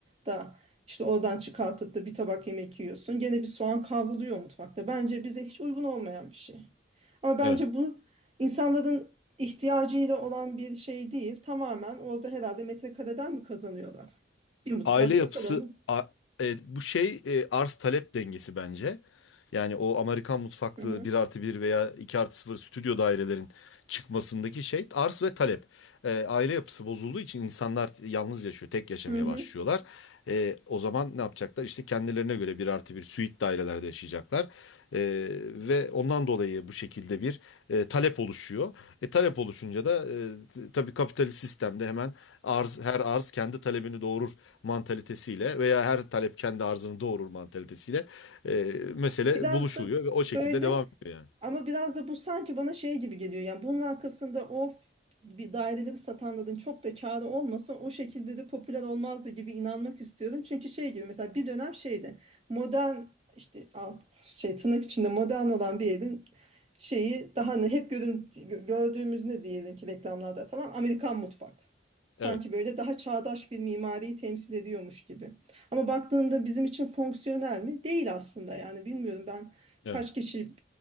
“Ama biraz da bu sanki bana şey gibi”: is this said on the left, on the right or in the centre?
Right